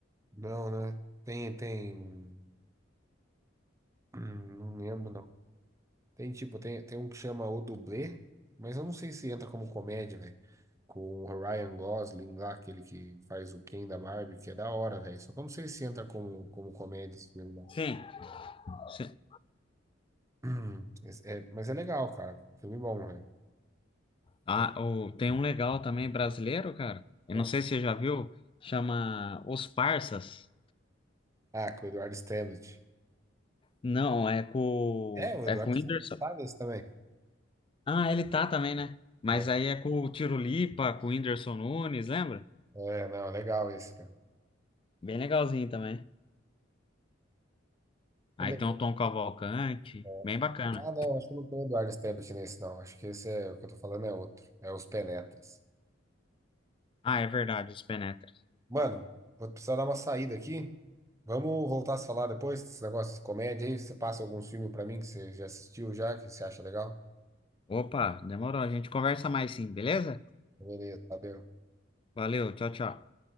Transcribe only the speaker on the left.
Sim. se-
Ah,
o, tem um legal também brasileiro, cara. Eu
não sei se você já viu, chama Os Parsas.
Não, é com
é com o
Whindersson.
Ah, ele tá também, né? Mas
aí é com o Tiro Lipa, com o Whindersson Nunes, lembra?
Bem legalzinho também. Aí
tem o Tom Cavalcante,
bem bacana.
Ah, é verdade, os Penetras.
Opa, demorou. A gente conversa mais sim, beleza?
Valeu, tchau, tchau.